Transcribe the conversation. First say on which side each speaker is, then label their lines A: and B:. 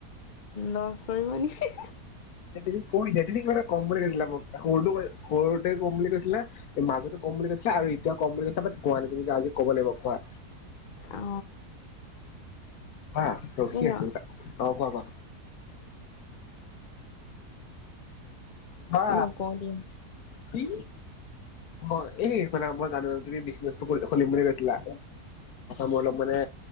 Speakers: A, on the left; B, on the left.
A: লজ কৰিব নেকি।
B: তুমি কৈ দিয়া তুমি মানে কম বুলি কৈছিলা মই সৰুটো সৰুতে কম বুলি কৈছিলা মাজতো কম বুলি কৈছিলা। আৰু এতিয়া ক'ম বুলি কৈছিলা বাত কোৱা নাই আজি ক'ব লাগিব কোৱা।
A: অ।
B: বা ৰখি
A: এই
B: আছো
A: ন
B: ত অ কোৱা কোৱা বা। বা
A: নকওঁ দিয়া।
B: পি। অ এই শুনা মই জানো তুমি বিশনিজ টো কৰি লব দিম বুলি কৈছিলা। মোৰ অলপ মানে